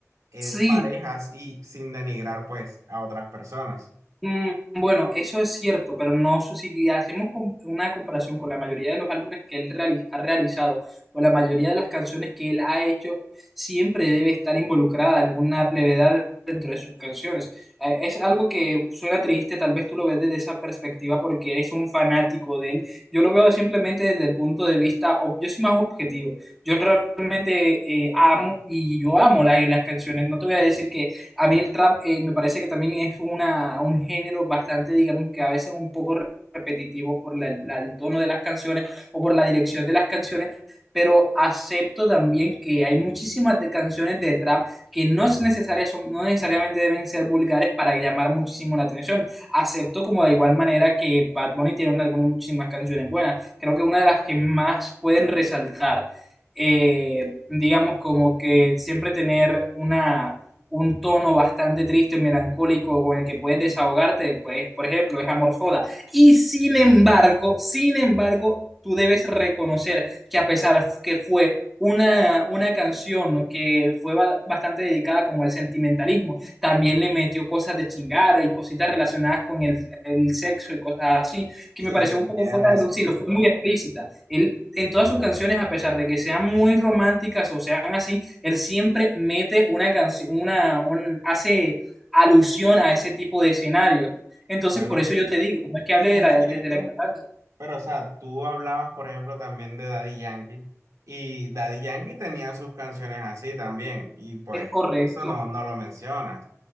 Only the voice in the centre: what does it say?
Sí,
Mm, Bueno, eso es cierto, pero no sé si hacemos com- una comparación con la mayoría de los álbumes que él reali- ha realizado o la mayoría de las canciones que él ha hecho, siempre debe estar involucrada alguna plevedad dentro de sus canciones. Eh, Es algo que suena triste, tal vez tú lo ves desde esa perspectiva porque eres un fanático de él. Yo lo veo simplemente desde el punto de vista, ob- yo soy más objetivo. Yo realmente eh, amo y yo amo la- las canciones. No te voy a decir que a mí el trap eh, me parece que también es una, un género bastante, digamos que a veces un poco re- repetitivo por la- la- el tono de las canciones o por la dirección de las canciones, pero acepto también que hay muchísimas de canciones de trap que no es necesaria, son, no necesariamente deben ser vulgares para llamar muchísimo la atención. Acepto como de igual manera que Bad Bunny tiene una- algunas muchísimas canciones buenas. Creo que una de las que más pueden resaltar, eh, digamos como que siempre tener una un tono bastante triste, melancólico, con el que puedes desahogarte, pues, por ejemplo, es Amor Soda. Y sin embargo, sin embargo, tú debes reconocer que a pesar que fue una, una canción que fue ba- bastante dedicada como al sentimentalismo, también le metió cosas de chingar y cositas relacionadas con el, el sexo y cosas así, que
me pareció
un poco
fuera
de lo sí, lo fue muy explícita. Él en todas sus canciones, a pesar de que sean muy románticas o sean así, él siempre mete una canción, una, un, hace alusión a ese tipo de escenario. Entonces,
por eso yo te digo, no es que hable
de
la,
desde la ignorancia,
es correcto.